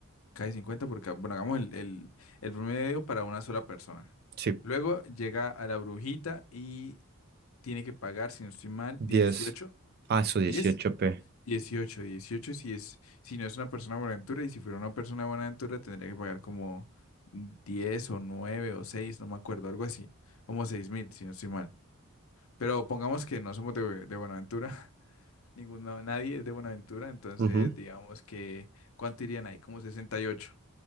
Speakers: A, on the left (about 65°); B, on the right (about 45°).
A: Cae 50 porque, bueno, hagamos el, el, el promedio para una sola persona.
B: Sí.
A: Luego llega a la brujita y tiene que pagar, si no estoy mal,
B: diez
A: 18
B: Ah, eso dieciocho
A: 10
B: p
A: 18 18 si es, si no es una persona de Buenaventura y si fuera una persona de Buenaventura tendría que pagar como 10 o 9 o 6 no me acuerdo, algo así, como 6 mil, si no estoy mal. Pero pongamos que no somos de, de Buenaventura, <laughs> ninguno, nadie es de Buenaventura, entonces
B: Ujú.
A: digamos que, ¿cuánto irían ahí? Como 68